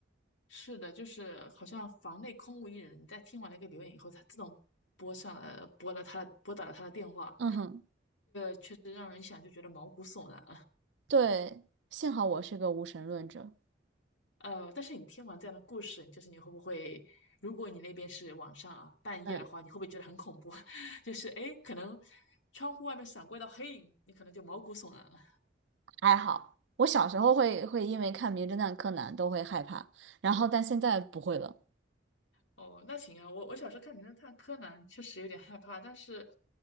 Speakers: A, on the left (about 85°); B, on the right (about 70°).
A: 是的，就是好像房内空无一人。你在听完了一个留言以后，它自动拨上了拨了他的拨打了他的电话，
B: 嗯哼，
A: 就是让人一想就觉得毛骨悚然。
B: 对，幸好我是个无神论者，
A: 呃，但是你听完这样的故事，就是你会不会，如果你那边是晚上啊，半夜的话，
B: 嗯
A: 你会不会觉得很恐怖？<laughs> 就是哎，诶可能窗户外面闪过一道黑影，你可能就毛骨悚然了。
B: <laughs>，还好。我小时候会会因为看《名侦探柯南》都会害怕，然后但现在不会了。
A: 哦，那行啊，我我小时候看《名侦探柯南》确实有点害怕，但是，